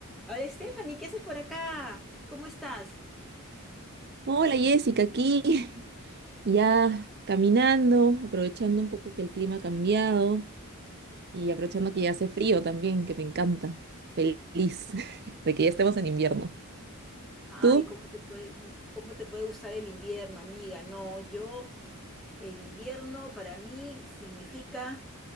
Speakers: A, in the centre; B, on the right.
A: Hola, Stephanie, ¿qué haces por acá? ¿Cómo estás?
B: Hola Jessica, aquí <laughs> ya caminando, aprovechando un poco que el clima ha cambiado y aprovechando que ya hace frío también, que me encanta. Feliz <laughs> de que ya estemos en invierno.
A: Ay,
B: ¿Tú?
A: ¿cómo te puede, cómo te puede gustar el invierno, amiga? No, yo El invierno para mí significa